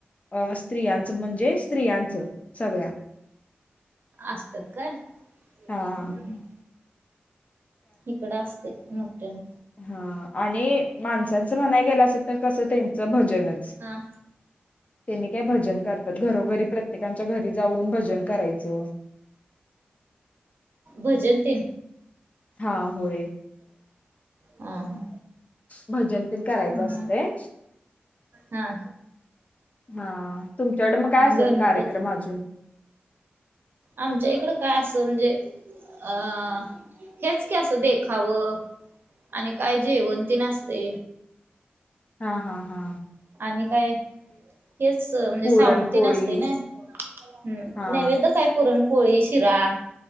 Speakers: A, on the left (about 35°); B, on the right (about 65°).
A: अं स्त्रियां त म्हणजे स्त्रियांच, सगळ्या.
B: असत्यात काय?
A: हां.
B: <unintelligible> इकडं असतय मोठं.
A: हां आणि माणसांचं म्हणाय गेलं असं तर कसं, त्यांचं भजनचं.
B: हा
A: तेनी ते भजन करतात, घरोघरी प्रत्येकांच्या घरी जाऊन भजन करायचं.
B: भजन ते
A: हां होय
B: हा हा.
A: भजन पण करायचं
B: हम्म
A: असतंय.
B: हा
A: हां तुमच्याकडं मग काय असतात,
B: गणपती
A: कार्यक्रम अजून?
B: आमच्या इकडं काय असलं जे अं तेच की अस, देखावं आणि काय जेवंतीण आसते.
A: हां हां हां
B: आणि काय? हेचं अं म्हणजे,
A: पुरणपोळी
B: सावंतीण असते ना, हं
A: हा
B: नैवेद काय पुरण पोळी, शिरा